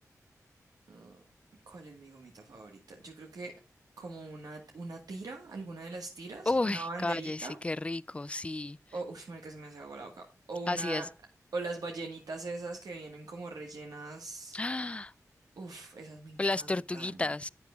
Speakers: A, on the right (about 85°); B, on the left (about 20°).
A: mm, ¿cuál es mi gomita favorita? Yo creo que como una, una tira, alguna de las tiras,
B: Uy,
A: como una banderita.
B: cállese, qué rico, sí.
A: O, uff, marica, se me hace agua la boca. O una,
B: Ácidas.
A: o las ballenitas esas que vienen como rellenas.
B: ¡Ah!
A: Uf, esas me encantan.
B: O Las tortuguitas